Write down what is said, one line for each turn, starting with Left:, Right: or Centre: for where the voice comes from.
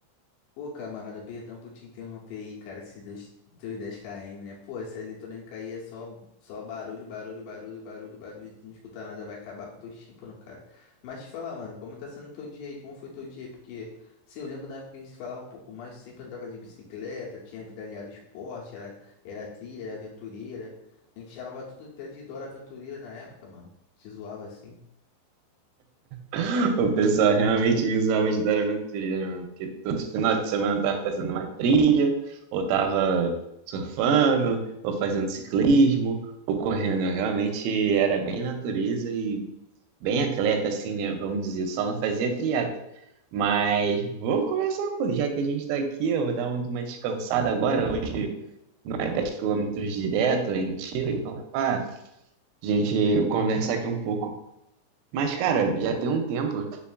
Left: Pô, camarada, perdão por te interromper aí, cara, esses dois, teus 10km, né? Pô, essa eletrônica aí é só, só barulho, barulho, barulho, barulho, barulho, tu não escuta nada, vai acabar com o teu tímpano, cara. Mas te falar, mano, como tá sendo teu dia aí? Como foi teu dia? Porque, sim, eu lembro na época que a gente falava um pouco mais, eu sempre andava de bicicleta, tinha vida aliada ao esporte, era, era trilha, era aventureira. A gente chamava tudo até de Dora Aventureira na época, mano. Te zoava assim.
Right: <laughs> O pessoal realmente me usava de dar aventureiro, mano, porque todo final de semana eu tava fazendo uma trilha, ou tava surfando, ou fazendo ciclismo, ou correndo. Eu realmente era bem natureza e bem atleta, assim, né? Vamos dizer, só não fazia triatlo. Mas vou começar, pô, já que a gente tá aqui, eu vou dar um- uma descansada agora. Hoje não é 10 quilômetros direto, é em tiro, então dá pra gente conversar aqui um pouco mas, cara, já tem um tempo